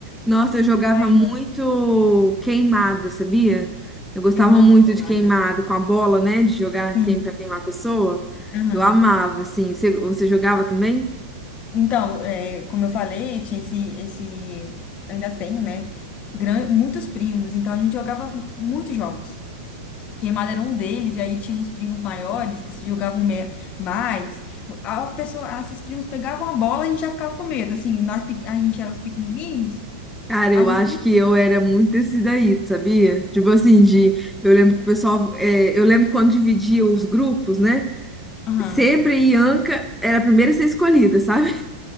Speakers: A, in the centre; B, on the left (about 35°).
A: Nossa, eu jogava
B: Aí
A: muito
B: eu
A: queimada, sabia? Eu gostava
B: eu amo
A: muito
B: queimada.
A: de queimada com a bola, né? De jogar
B: Sim.
A: quem pra queimar a pessoa.
B: Aham.
A: Eu amava, assim. Você, você jogava também?
B: Então, é, como eu falei, tinha esse, esse, ainda tenho, né? gran- muitos primos, então a gente jogava muitos jogos. Queimada era um deles, e aí tinha uns primos maiores que se jogavam me- mais. A pessoa, esses primos pegavam a bola e a gente já ficava com medo. Assim, nós, pe- a gente era os pequenininhos,
A: Cara, eu
B: a
A: acho
B: gente.
A: que eu era muito desse daí, sabia? Tipo assim, de, eu lembro que o pessoal, é, eu lembro quando dividia os grupos, né?
B: Aham.
A: Sempre a Ianca era a primeira a ser escolhida, sabe?